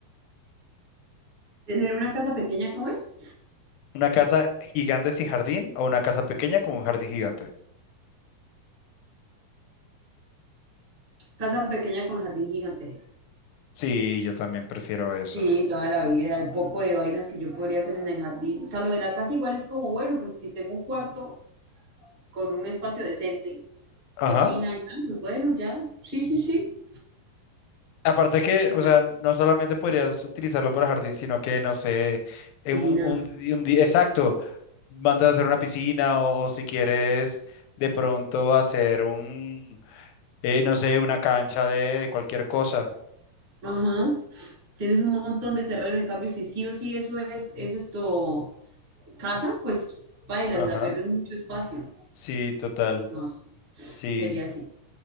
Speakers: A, on the right; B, on the left.
A: Tener una casa pequeña, ¿cómo es?
B: ¿Una casa gigante sin jardín o una casa pequeña con un jardín gigante?
A: Casa pequeña con jardín gigante.
B: Sí, yo también prefiero eso.
A: Sí, toda la vida, el poco de vainas que yo podría hacer en el jardín. O sea, lo de la casa igual es como, bueno, pues si tengo un cuarto con un espacio decente,
B: Ajá.
A: cocina y tal, pues bueno, ya, sí, sí, sí.
B: Aparte que,
A: Y
B: o sea, no solamente podrías utilizarlo para jardín, sino que, no sé, en
A: Piscina.
B: un, un, di- un día, exacto. mandas a hacer una piscina o, o si quieres de pronto hacer un, eh, no sé, una cancha de, de cualquier cosa.
A: Ajá. Tienes un montón de terreno, en cambio, si sí o sí eso es, es esto, casa, pues bailas,
B: Ajá,
A: la pierdes mucho espacio.
B: sí, total,
A: No, sí,
B: sí.
A: sería así.